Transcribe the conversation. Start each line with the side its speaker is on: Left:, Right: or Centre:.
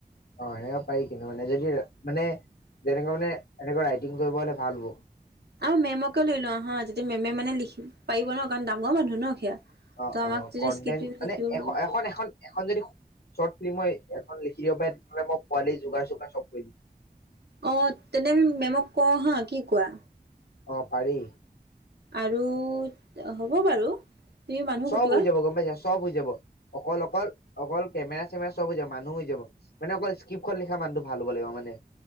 Left: অহ এনেকে পাৰি কিন্তু মানে যদি মানে যেনেকে মানে এনেকুৱা ৰাইটিং কৰিলে ভাল হব।
Right: আৰু মেমকে লৈ লও হয় যদি মেমে মানে লিখিব পাৰিব ন? ইমান ডাঙৰ মানুহ ন সেয়া?
Left: অহ-অহ
Right: ত আমাক তেতিয়া
Left: কনটেনত
Right: স্ক্ৰিপ্ট
Left: মানে
Right: লিখিব
Left: এ-এখন-এখন-এখন যদি শৰ্ট ফিল্ম মই এখন লিখি দিব পাৰে, তেতিয়াহলে মই পোৱালি যোগাৰ চোগাৰ চব কৰি দিম।
Right: অহ, তেনে মেমক কওঁ হা, কি কোৱা?
Left: অহ পাৰি।
Right: আৰু হ'ব বাৰু। তুমি মানুহ
Left: চব
Right: পতোৱা।
Left: হৈ যাব গম পাইছা চব হৈ যাব। অকল-অকল-অকল কেমেৰা-চেমেৰা চব হৈ যাব, মানুহ হৈ যাব। মানে অকল স্ক্ৰিপ্টখন লিখা মানুহটো ভাল হ'ব লাগিব মানে।